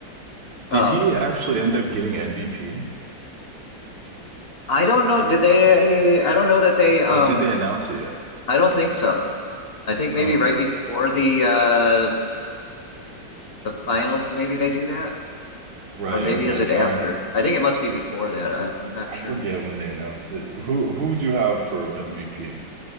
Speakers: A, on the left; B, on the right.
A: Um,
B: Did he actually end up getting MVP?
A: I don't know. Did they? I don't know that they. Um,
B: Or did they announce it yet?
A: I don't think so. I think maybe
B: Oh,
A: right
B: okay.
A: before the uh the finals, maybe they do that,
B: Right,
A: or maybe
B: okay.
A: is it after?
B: Um,
A: I think it must be before that. I'm I'm not
B: I
A: sure
B: forget
A: though.
B: when they announced it. Who who would you have for MVP?